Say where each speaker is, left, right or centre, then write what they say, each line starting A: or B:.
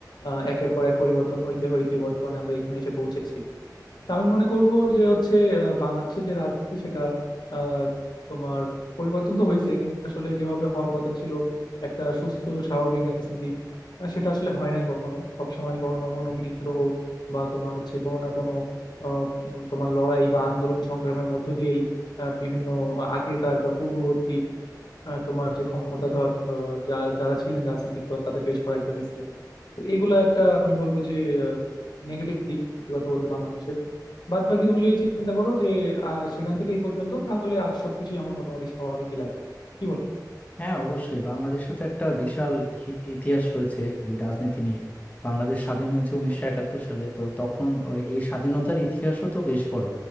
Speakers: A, on the left (about 75°); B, on the left (about 20°).
A: আহ, একের পর এক পরিবর্তন হইতে হইতে বর্তমানে আমরা এখানে এসে পৌঁছেছি তা আমি মনে করব যে হচ্ছে আহ, বাংলাদেশের যে রাজনীতি সেটা আহ, তোমার পরিবর্তন তো হয়েছে কিন্তু আসলে যেভাবে হওয়ার কথা ছিল একটা সুস্থ স্বাভাবিক রাজনীতি আহ, সেটা আসলে হয় নাই কখনো সবসময় কখনো না কখনো বিদ্রোহ বা তোমার হচ্ছে কোনো না কোনো আহ, উম, তোমার লড়াই বা আন্দোলন সংগ্রামের মধ্য দিয়েই আহ, বিভিন্ন আগেকার বা পূর্ববর্তী আহ, তোমার যে ক্ষমতাধর আহ, যা যারা ছিলেন রাজনৈতিক দল তাদেরকে সরাইতে হয়েছে তো এগুলো একটা আমি বলবো যে নেগেটিভ দিক সত্যি কথা বলতে বাংলাদেশের বাদ বাকি তুমি যদি চিন্তা করো যে আহ, সেখান থেকে এই পর্যন্ত তাহলে আর সবকিছুই আমার মোটামুটি স্বাভাবিকই লাগে কি বলো
B: হ্যাঁ অবশ্যই বাংলাদেশে তো একটা বিশাল হি- ইতিহাস রয়েছে এই রাজনীতি নিয়ে বাংলাদেশ স্বাধীন হয়েছে উনিশশো একাত্তর সালে তো তখন ওই- এই স্বাধীনতার ইতিহাসও তো বেশ বড়